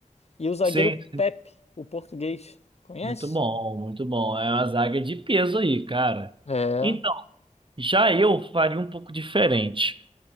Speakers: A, on the left (about 50°); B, on the right (about 40°).
A: e o zagueiro
B: sim. sim.
A: Pepe, o português. Conhece?
B: Muito bom, muito bom. É uma zaga de peso aí, cara.
A: É,
B: Então, já eu faria um pouco diferente.